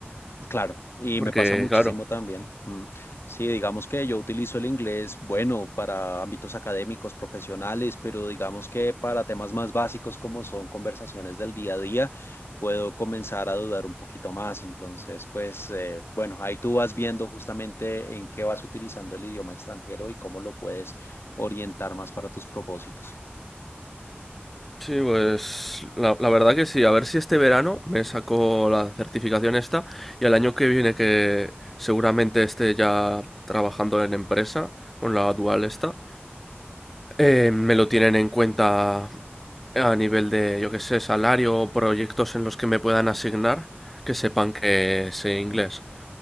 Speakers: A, on the left; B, in the centre.
A: Claro, y
B: Porque,
A: me pasa muchísimo
B: claro.
A: también. Mm, Sí, digamos que yo utilizo el inglés, bueno, para ámbitos académicos, profesionales, pero digamos que para temas más básicos como son conversaciones del día a día, puedo comenzar a dudar un poquito más. Entonces, pues, eh, bueno, ahí tú vas viendo justamente en qué vas utilizando el idioma extranjero y cómo lo puedes orientar más para tus propósitos.
B: Sí, pues la, la verdad que sí. A ver si este verano me saco la certificación esta y al año que viene que seguramente esté ya trabajando en empresa con la dual esta, Eh, me lo tienen en cuenta a nivel de, yo qué sé, salario o proyectos en los que me puedan asignar, que sepan que sé inglés.